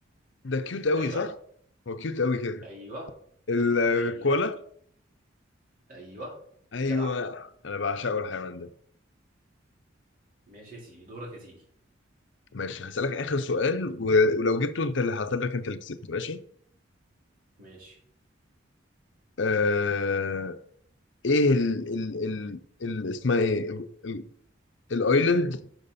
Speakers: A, on the left; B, on the right.
A: ده كيوت قوي
B: ايوه
A: صح هو كيوت قوي كده
B: ايوه
A: الكولا
B: ايوه ايوه
A: ايوه
B: جدع
A: انا بعشقه الحيوان ده
B: ماشي يا سيدي دورك يا سيدي
A: ماشي هسألك آخر سؤال و- ولو جبته انت اللي هحسب لك انت اللي كسبت ماشي
B: ماشي
A: آه... ايه ال ال ال ال اسمها ايه ال- الايلاند